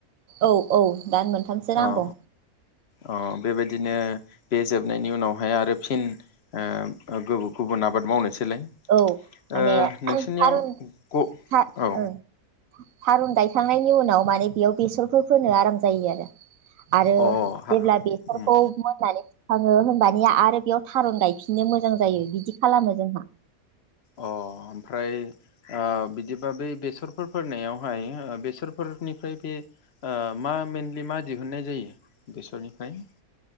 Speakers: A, on the right; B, on the left.
A: औ औ दान मोनथामसो नांगौ
B: अ अ बेबायदिनो बे जोबनायनि उनावहाय आरो फिन ओ गोबु गुबुन आबाद मावनोसैलाय
A: औ
B: ओ
A: माने
B: नोंसोरनियाव
A: थारुन
B: ग
A: था
B: औ
A: ओ थारुन गायखांनायनि उनाव माने बेयाव बेसरफोर फोनो आराम जायो आरो आरो
B: अ हा
A: जेब्ला बेसरखौ
B: उम
A: मोननानै फुखाङो होमबा निया आरो बेयाव थारुन गायफिननो मोजां जायो बिदि खालामो जोंहा।
B: अ ओमफ्राय ओ बिदिबा बै बेसरफोर फोनायावहाय बेसरफोरनिफ्राय बे ओ मा मेनलि मा दिहुननाय जायो बेसरनिफ्राय?